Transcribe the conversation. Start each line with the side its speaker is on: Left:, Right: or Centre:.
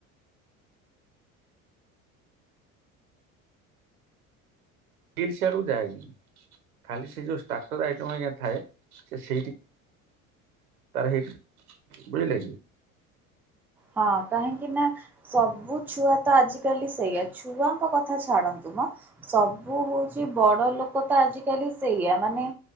Right: ଇଲସ୍ଆଡୁ ଯାଏନି ଖାଲି ସେ ଯୋଉ ଷ୍ଟାର୍ଟର ଆଇଟମ୍ ଆଜ୍ଞା ଥାଏ ସେ ସେଇଠି। ତାର ହେଇ ବୁଝିଲେ କି
Centre: ହଁ କାହିଁକି ନା। ସବୁ ଛୁଆ ତ ଆଜିକାଲି ସେଇଆ ଛୁଆଙ୍କ କଥା ଛାଡନ୍ତୁ ମ। ସବୁ ହଉଛି ବଡ ଲୋକ ତ ଆଜିକାଲି ସେଇଆ ମାନେ।